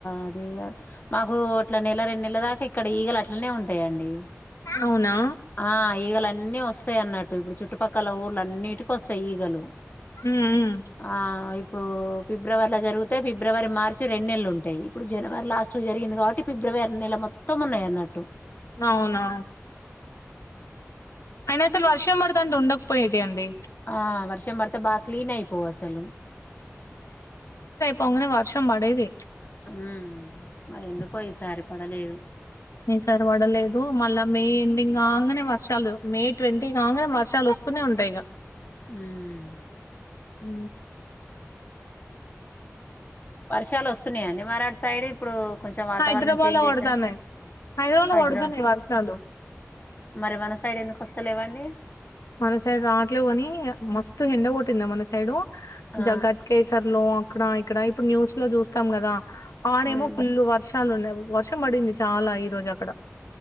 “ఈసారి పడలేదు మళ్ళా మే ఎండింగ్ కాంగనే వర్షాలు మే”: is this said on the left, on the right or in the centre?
Left